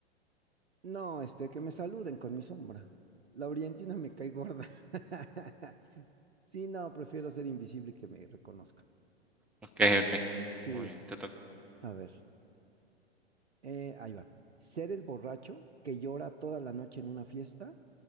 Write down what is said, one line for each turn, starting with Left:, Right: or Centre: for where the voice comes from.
Right: No, este, que me saluden con mi sombra. La orientina me cae gorda. <laughs> Sí, no, prefiero ser invisible que me reconozcan.
Centre: Ok, ok.
Right: Sí,
Centre: Muy bien, te toca.
Right: a ver. Eh, ahí va. ¿Ser el borracho que llora toda la noche en una fiesta